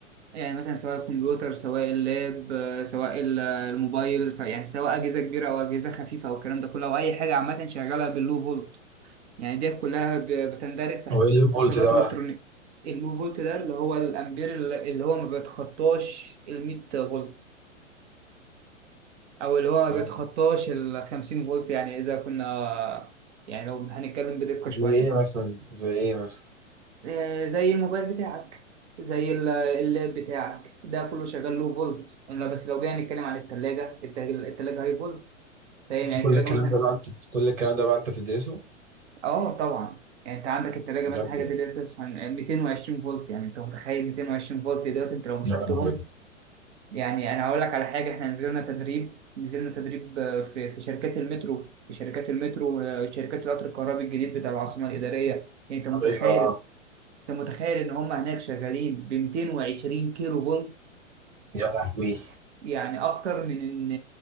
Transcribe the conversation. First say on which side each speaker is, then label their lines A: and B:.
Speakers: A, on the right; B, on the right.
A: يعني مثلا سواء الكمبيوتر سواء اللاب آه، سواء ال- الموبايل سواء يعني سواء اجهزه كبيره او اجهزه خفيفه او الكلام ده كله او اي حاجه عامه شغاله باللو فولت يعني ديت كلها ب- بتندرج تحت
B: هو ايه
A: قسم
B: اللي
A: اتصالات
B: فولت ده بقى
A: والكترونيك اللو فولت ده اللي هو الامبير اللي هو ما بيتخطاش ال 100 فولت او اللي هو ما بيتخطاش
B: اه
A: ال 50 فولت يعني اذا كنا يعني لو هنتكلم بدقة
B: زي
A: شوية
B: ايه مثلا زي ايه مثلا
A: آه، زي الموبايل بتاعك زي ال- اللاب بتاعك ده كله شغال لو فولت الا بس لو جينا نتكلم عن الثلاجة الثلاجة هاي فولت فاهم
B: انت
A: يعني
B: كل
A: الثلاجة
B: الكلام
A: مثلا
B: ده بقى انت كل الكلام ده بقى انت بتدرسه
A: اه طبعا يعني انت عندك التلاجة
B: بجد
A: مثلا حاجه
B: والله.
A: زي ديت بتوصل 220 فولت يعني انت متخيل 220 فولت دلوقتي انت لو مسكتهم
B: يا لهوي
A: يعني انا هقول لك على حاجه احنا نزلنا تدريب نزلنا تدريب آه، في في شركات المترو في شركات المترو آه، شركات القطر الكهربي الجديد بتاع العاصمه الاداريه يعني انت متخيل
B: ايوه
A: انت متخيل ان هم هناك شغالين ب 220 كيلو فولت
B: يا لهوي
A: يعني اكتر من ان